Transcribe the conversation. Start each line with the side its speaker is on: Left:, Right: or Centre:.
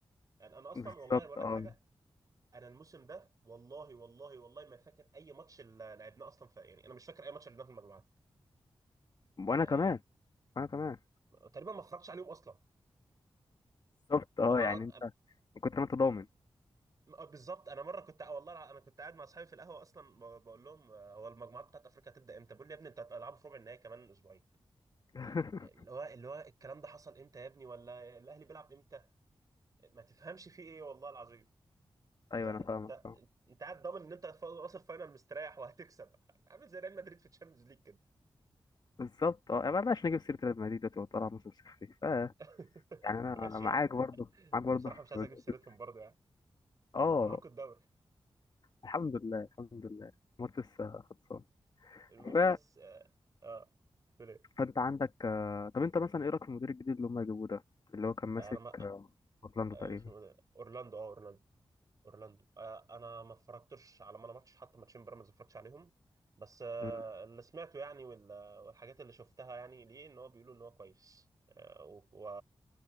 Right: يعني أنا أصلا
Left: بالظبط
Right: والله بقول
Left: اه
Right: لك حاجة أنا الموسم ده والله والله والله ما فاكر أي ماتش اللي لعبناه أصلا في يعني أنا مش فاكر أي ماتش لعبناه في المجموعات
Left: وانا
Right: يعني
Left: كمان انا كمان
Right: تقريبا ما اتفرجتش عليهم أصلا
Left: بالظبط اه
Right: والله
Left: يعني انت من كتر ما انت ضامن
Right: آه، بالظبط انا مره كنت آه، والله الع- انا كنت قاعد مع اصحابي في القهوه اصلا ب- بقول لهم آه، هو المجموعات بتاعت افريقيا هتبدا امتى بيقول لي يا ابني انت هتلعبوا في ربع النهائي كمان اسبوعين
Left: <laughs>
Right: اللي هو اللي هو الكلام ده حصل امتى يا ابني ولا الاهلي بيلعب امتى ما تفهمش فيه ايه والله العظيم
Left: ايوه
Right: انت
Left: انا فاهمك
Right: انت
Left: فاهم
Right: انت قاعد ضامن ان انت ف- واصل فاينل مستريح وهتكسب عامل زي ريال مدريد في تشامبيونز ليج كده
Left: بالظبط اه ما بلاش نجيب سيره ريال مدريد دلوقتي وطالع موسم صفري ف
Right: <laughs>
Left: يعني انا
Right: ماشي
Left: معاك
Right: يا عم
Left: برضه معاك برضه
Right: بصراحه
Left: في
Right: مش عايز اجيب
Left: نقطة-
Right: سيرتهم برضه يعني
Left: اه
Right: مبروك الدوري
Left: الحمد لله الحمد لله الماتش لسه خلصان
Right: المهم
Left: ف...
Right: بس اه آه، تقول ايه
Left: فانت عندك آه، طب انت مثلا ايه رايك في المدير الجديد اللي هم جابوه ده اللي هو كان ماسك
Right: انا ما
Left: آه، اورلاندو
Right: آه،
Left: تقريبا
Right: اسمه إيه ده اورلاندو اه اورلاندو اورلاندو آه انا ما اتفرجتش على ولا ماتش حتى ماتشين بيراميدز ما اتفرجتش عليهم بس آه
Left: ال-
Right: اللي سمعته يعني وال- والحاجات اللي شفتها يعني ليه ان هو بيقولوا ان هو كويس آه و... و...